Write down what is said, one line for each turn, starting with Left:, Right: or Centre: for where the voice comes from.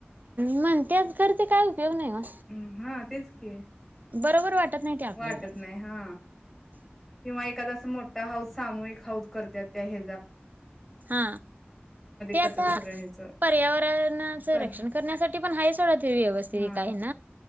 Right: म्हणत्यात खरं ते काय उपयोग नाइ ओ
Centre: हम्म हा तेच की
Right: बरोबर वाटत नाइ ते आपल्याला
Centre: वाटत नाही हा किंवा एखादा अस मोठा हाऊद सामूहिक हाऊद करत्यात त्या हेजा
Right: हा ते
Centre: करतात
Right: आता
Centre: सगळे ह्याच
Right: पर्यावरणाचं
Centre: बर
Right: रक्षण करण्यासाठी पण हाय सोडा ते व्यवस्थित
Centre: हा
Right: एका हेन.